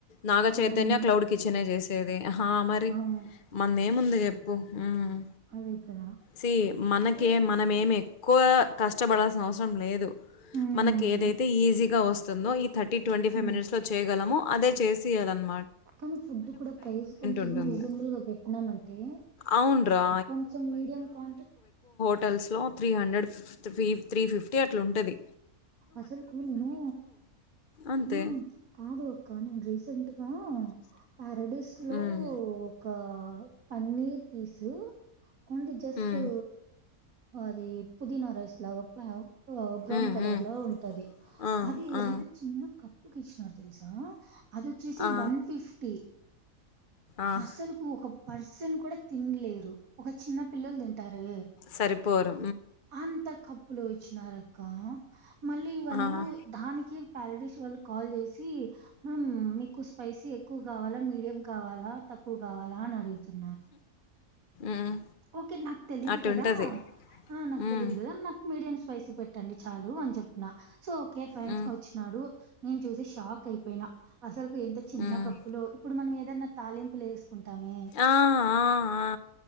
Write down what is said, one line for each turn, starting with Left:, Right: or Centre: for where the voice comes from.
Left: నా చైతన్య
Right: అవును.
Left: క్లౌడ్ కిచన్ చేసి చేది హా మరి
Right: అవును.
Left: మంది ఏముంది ఎప్పు హ్మ్
Right: అదే కదా!
Left: సి మనకే
Right: సో
Left: మనం ఏమి ఎక్కువ కష్టపడాల్సిన అవసరం లేదు
Right: హ్మ్.
Left: మనకి ఏదైతే ఈజీగా వస్ స్తుందో థర్టీ ట్వంటీ ఫైవ్
Right: హ్మ్.
Left: మినిట్స్లో చేయగలము అదే చేసియ్యాలన్
Right: కానీ ఫుడ్ కూడా ప్రైజ్ కొంచెం
Left: ఉంటుంది
Right: రీజనబుల్గా పెట్టినామ అంటే
Left: అవునరా
Right: కొంచెం మీడియం క్వా
Left: హటల్స్ లో త్రీ హండ్రెడ్ ఫిఫ్త్ ఫి త్రీ ఫిఫ్టీ అట్లా ఉంటది
Right: అసలు కూ నేను
Left: అంతే
Right: హ్మ్ కాదు అక్క నేను రీసెంట్గా పారాడీస్ లో
Left: ఉమ్,
Right: ఒకా paneer piece only just
Left: um,
Right: అది పుదీనా రైస్ లాగ అ బ్రౌన్
Left: ఉమ్,
Right: కలర్
Left: ఉమ్.
Right: లో ఉంటది
Left: ఆ,
Right: అది
Left: ఆ,
Right: ఎంత చిన్న క ఒకిష్ తెలుసా అదొచ్చేసి
Left: ఆ,
Right: వన్ ఫిఫ్టి
Left: ఆ.
Right: అసలుకు ఒక పర్సన్ కూడా తిన్లేరు ఒక చిన్న పిల్లలు తింటారే
Left: సరిపోరు
Right: అంత క క్లూ ఇచ్చినార్ అక్క మళ్ళి వాళ్ళు
Left: ఆ
Right: దానికి ప్యారడిష్ వాళ్ళు కాల్ చేసి మమ్ మీకు స్పైసీ ఎక్కువ కావాలా మీడియం కావాలా తక్ తక్కువ కావాలా అని అడుగుతున్నారు
Left: మ్
Right: ఒకే నాక్ తెలీదు
Left: అటుంటది
Right: కదా ఆ నాకు
Left: మ్
Right: తెలీదు కదా నాకు మీడియం స్పైసీ పెట్టండి చాలూ అని చెప్పిన సొ ఒకే ఫైన్
Left: మ్
Right: వచ్చినాడు నేను చూసి షాక్ అయిపోయినా అసలుకు ఇంత చిన్న
Left: మ్
Right: కప్పులో ఇప్పుడు మనం ఏద ధన తాలింపు లేసు కుంటామే
Left: ఆ ఆ ఆ